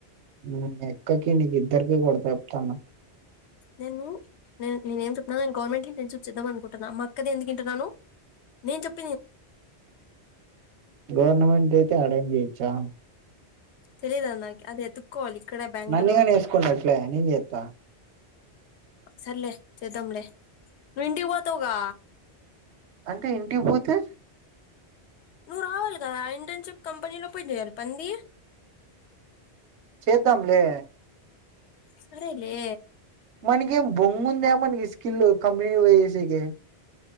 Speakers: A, on the right (about 85°); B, on the left (about 80°).
A: ఉమ్ మీ అక్కకి నీకు ఇద్దరికి కొడతా చెప్తాన్న
B: నేను నేను ఏం చెప్తున్నాను నేను ఏం చెప్తున్న గవర్నమెంట్ ఇంటర్న్షిప్ చేద్దాం అనుకుంటున్నా మా అక్కది ఎందుకు ఇంటున్నాను నేను చెప్
A: గవర్నమెంట్ అయితే యాడైనా జెయ్యిచా
B: తెలిదు అద్ నాకి అది ఎతుక్కోవాలి ఇక్కడే బెంగళూరులో
A: నన్నీగానీ
B: ఉండేది
A: వేసుకొండట్లే నేను చేత్త
B: సర్లే చెదంలే నువ్వు ఇంటికి పోతావుగా
A: అంటే ఇంటికి పోతే
B: నువ్వు రావాలి కదా ఇంటర్న్షిప్ కంపెనీలో పోయి చేయాలి పంది
A: చేద్దాంలే
B: సరేలే
A: మనకి ఏం బొంగు ఉందా మనకి స్కిల్ కంపెనీకి పోయ్ చేసేకి